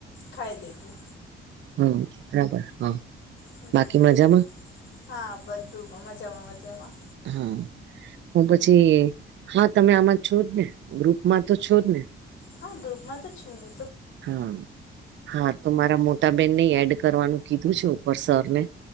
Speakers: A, on the left (about 65°); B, on the right (about 65°).
A: ખાઈ લીધું.
B: હમ બરાબર હા.
A: હમમ
B: બાકી મજામાં
A: હા બધું મજામાં મજામાં.
B: હા હું પછી હા તમે આમાં છો જ ને ગ્રુપમાં તો છો જ ને.
A: હા ગ્રુપમાં તો છું હુ.
B: હા હા તો મારા મોટાબેનને એડ કરવાનું કીધું છે ઉપર સર ને